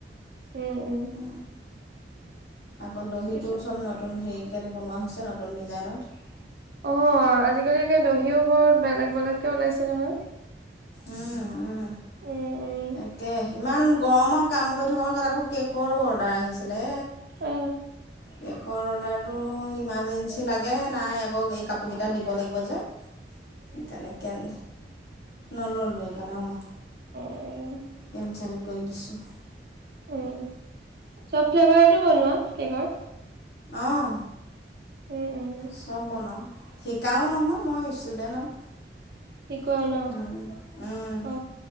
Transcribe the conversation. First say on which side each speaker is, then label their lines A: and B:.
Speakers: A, on the right (about 55°); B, on the left (about 70°).
A: উম উম
B: উ আকৌ দহিটো
A: কিছু
B: চব নতুন হেৰিকৈ বনোৱা হৈছে নতুন ডিজাইনত
A: অ আজিকালিে দহিও বহুত বেলেগ বেলেগকে ওলাইছে নহয়
B: উম, উম।
A: উম উম
B: তাকে ইমান গৰমত কাম কৰি থকাৰ মাজত আকৌ কেকৰো অৰ্ডাৰ আহিছিলে
A: অ
B: কেকৰ অৰ্ডাৰটো ইমাৰ্জেঞ্চি লাগে নাই আকৌ এই কাপোৰকেইটা দিব লাগিব যে <unintelligible> সেইকাৰণে কেন নললো সেইকাৰণে অ
A: উম
B: কেনচেল কৰি দিছো
A: উ চব ফ্লেভাৰেটো বনোৱা কেকৰ
B: অ'হ
A: উম উম
B: চব বনাওঁ শিকাওঁও নহয় মই ষ্টুডেণ্টক
A: শিকোৱা ন
B: উম, উম,
A: অ